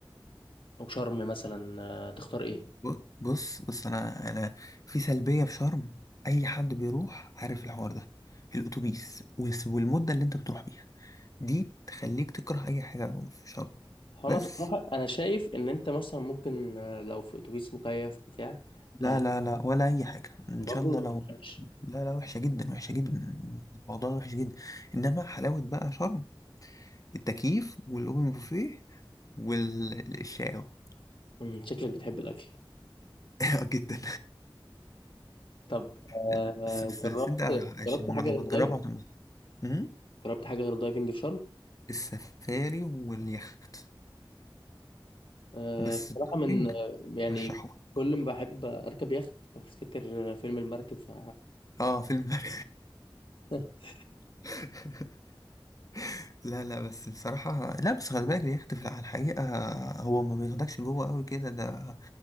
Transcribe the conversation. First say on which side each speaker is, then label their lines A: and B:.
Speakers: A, on the left; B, on the left.
A: وشرم مثلا آه، تختار ايه
B: ب- بص بص انا انا في سلبيه في شرم اي حد بيروح عارف الحوار ده الاتوبيس والس- والمده اللي انت بتروح بيها دي تخليك تكره اي حاجه في شرم
A: هو
B: بس
A: انا بصراحه انا شايف ان انت مثلا ممكن آه، لو في اتوبيس مكيف بتاع
B: لا
A: آه،
B: لا لا ولا اي حاجه ان
A: برضه
B: شاء الله
A: ما
B: لو
A: بتحبش.
B: لا لا وحشه جدا وحشه جدا الموضوع ده وحش جدا انما حلاوه بقى شرم التكييف والاوبن بوفيه والشاو
A: مم، شكلك بتحب الاكل
B: <laughs> جدا
A: طب آه،
B: لا بس بس
A: جربت
B: بس انت عشان
A: جربت
B: لما
A: حاجه
B: لما
A: غير
B: تجربها
A: دايفنج
B: هتنبسط إمم؟
A: جربت حاجه غير دايفنج في شرم
B: السفاري واليخت
A: آه،
B: بس
A: بصراحه
B: التrekking
A: من آه، يعني
B: رشحوه
A: كل ما بحب اركب يخت بفتكر فيلم المركب ف
B: اه في البر
A: <laughs> <laughs>
B: <laughs> لا لا بس بصراحة لا بس خلي بالك اليخت في الحقيقة هو ما بياخدكش جوه قوي كده ده